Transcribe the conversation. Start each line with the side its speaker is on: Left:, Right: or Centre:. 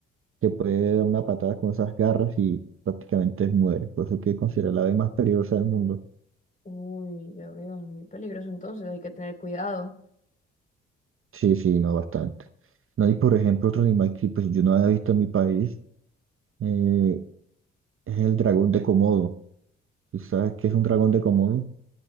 Right: que puede dar una patada con esas garras y prácticamente muere. Por eso que considera la ave más peligrosa del mundo.
Left: Uy, ya veo, muy peligroso entonces, hay que tener cuidado.
Right: Sí, sí, no bastante. No, y por ejemplo, otro animal que pues yo no había visto en mi país eh, es el dragón de Komodo. ¿Tú sabes qué es un dragón de Komodo?